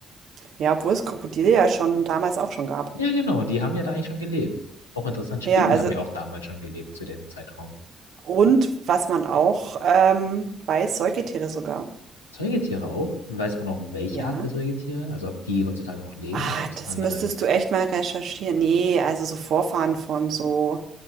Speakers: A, on the right; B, on the left.
A: Ja, obwohl es Krokodile ja schon damals auch schon gab.
B: Ja, genau, die haben ja da eigentlich schon gelebt. Auch interessant, Spinnen
A: Ja, also,
B: haben ja auch damals schon gelebt zu dem Zeitraum.
A: und was man auch ähm, weiß, Säugetiere sogar.
B: Säugetiere auch. Weiß man auch, welche
A: Ja.
B: Art der Säugetiere? Also ob die heutzutage noch leben
A: Ah,
B: oder ob es
A: das
B: andere.
A: müsstest du echt mal recherchieren. Ne, also so Vorfahren von so